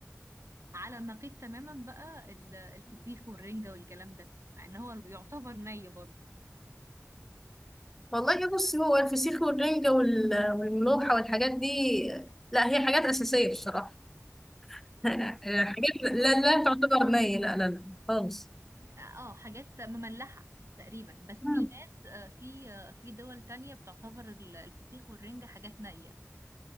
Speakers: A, on the right; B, in the centre.
A: على النقيض تماما بقى ال- الفسيخ والرنجة والكلام ده مع ان هو يعتبر ني برضه
B: والله بص هو الفسيخ والرنجة وال- والملوحة والحاجات دي لا هي حاجات أساسية بصراحة <laughs> حاجات لا
A: آه.
B: لا تعتبر نية لا لا لا خالص
A: اه حاجات مملحة تقريبا بس
B: مم.
A: في ناس آه، في آه، في دول تانية بتعتبر ال- الفسيخ والرنجة حاجات نية